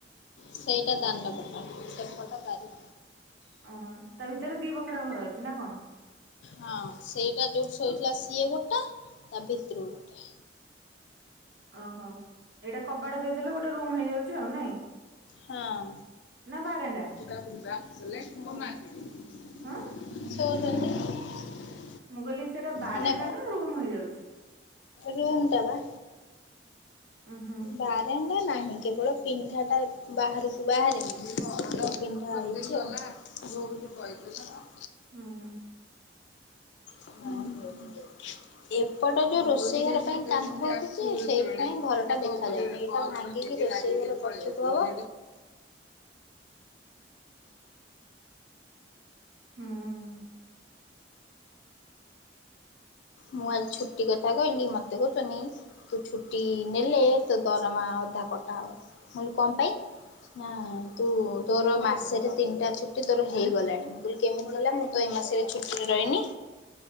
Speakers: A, on the left; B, on the right.
A: ସେଇଟା ଦାଣ୍ଡ ପଟ ସେପଟା ବାରି।
B: ଓହୋ ତା ଭିତରେ ଦି ବଖରା ଘର ଅଛି ନା କଣ?
A: ହଁ ସେଇଟା ଯୋଉଠି ଶୋଇଥିଲା ସିଏ ଗୋଟା ତା ଭିତରୁକୁ ଗୋଟେ।
B: ଓହୋ ଏଇଟା କବାଡ ଦେଇଦେଲେ ଗୋଟେ ରୁମ ହେଇଯାଉଛି ଆଉ ନାଇଁ
A: ହଁ
B: ନା ବାରଣ୍ଡା।
A: <unintelligible> ଶୋଉଛନ୍ତି।
B: ହଁ ମୁଁ କହିଲି ସେଇଟା ବାରଣ୍ଡା
A: ଏଇନା
B: ନା ରୁମ୍ ହେଇଯାଉଛି।
A: ରୁମ୍ ଟା ବା।
B: ଉଁ ହୁଁ
A: ବା। <unintelligible> ା ନାହିଁ କେବଳ ପିଣ୍ଡାଟା ବାହାରକୁ ବାହାରେନି ପିଣ୍ଡାହେଇଛି ଆଉ। ର ବୋଲି କହିଦେଉଛନ।
B: ହୁଁ ହୁଁ।
A: ହଁ। <inaudible> ଏପଟ ଯୋଉ ରୋଷେଇ ଘର ପାଇଁ କାନ୍ତଉଟୁଛି ସେଇପାଇଁ ଘର ଟା ଦେଖାଯାଉନି। ରୋଷେଇଘର ପଛୁ କୁ ହବ।
B: ହୁଁ।
A: ମୁଁ ଆଜି ଛୁଟି କଥା କହିଲି ମତେ କହୁଛନି। ତୁ ଛୁଟି ନେଲେ ତ ଦରମା ଅଧା କଟା ହବ ମୁଁ କହିଲି କଣ ପାଇଁ। ହିଁ ତୁ ତୋର ମାସେ ରେ ତିନିଟା ଛୁଟି ତୋର ହେଇଗଲାଣି। ମୁଁ କହିଲି କେମିତି ହେଲା ମୁଁ ତ ଏଇ ମାସରେ ଛୁଟିରେ ରହିନି।